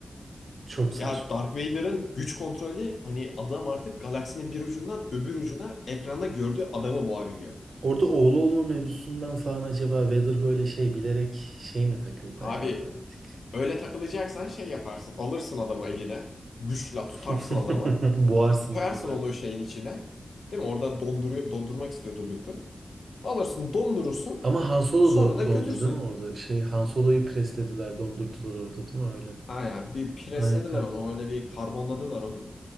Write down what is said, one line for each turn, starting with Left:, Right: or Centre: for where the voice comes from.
Right: Çok saçma.
Left: Ya Darth Vader'ın güç kontrolü hani adam artık galaksinin bir ucundan öbür ucuna ekranda gördüğü adamı boğabiliyor.
Right: Orada oğlu olma mevzusundan falan acaba Vader böyle şey bilerek şey mi takıldı
Left: Abi
Right: acaba artık?
Left: öyle takılacaksan şey yaparsın. Alırsın adamı eline. Güçle tutarsın
Right: <laughs>
Left: adamı.
Right: Boğarsın
Left: Koyarsın
Right: değil mi böyle?
Left: onu o şeyin içine. Değil mi? Orada donduruyor, dondurmak istiyordu Luke'u. Alırsın dondurursun.
Right: Ama Han Solo
Left: Sonra
Right: do-
Left: da
Right: dondu
Left: götürsün.
Right: değil mi orada? Şey Han Solo'yu preslediler, dondurdular orada değil mi öyle?
Left: Aynen bir preslediler
Right: Aynen kanka.
Left: onu. Öyle bir karbonladılar onu.